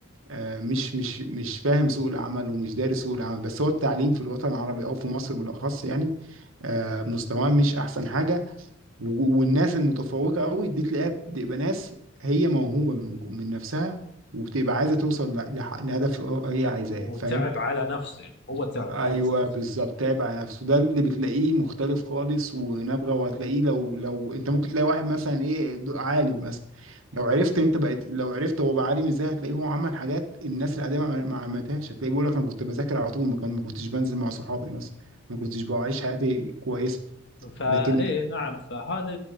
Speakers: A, on the right; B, on the left.
A: آه، مش مش مش فاهم سوق العمل ومش دارس سوق العمل بس هو التعليم في الوطن العربي او في مصر بالاخص يعني آه، مستواه مش احسن حاجه و- والناس المتفوقه قوي دي تلاقيها بتبقى ناس هي موهوبه من جو- من نفسها وبتبقى عايزه توصل ل- لح- لهدف هي عايزاه
B: وتعب
A: فاهم
B: على نفسه يعني هو تعب
A: ايوه
B: على نفسه
A: بالظبط تعب على نفسه ده اللي بتلاقيه مختلف خالص ونابغه وهتلاقيه لو لو انت ممكن تلاقي واحد مثلا ايه د- عالم مثلا لو عرفت انت بقيت لو عرفت هو بقى عالم ازاي هتلاقيه هو عمل حاجات الناس العاديه ما ما عملتهاش هتلاقيه بيقول لك انا كنت بذاكر على طول ما كان ما كنتش بنزل مع صحابي مثلا ما كنتش بعيش حياتي كويسه
B: فايه
A: لكن
B: نعم فهذا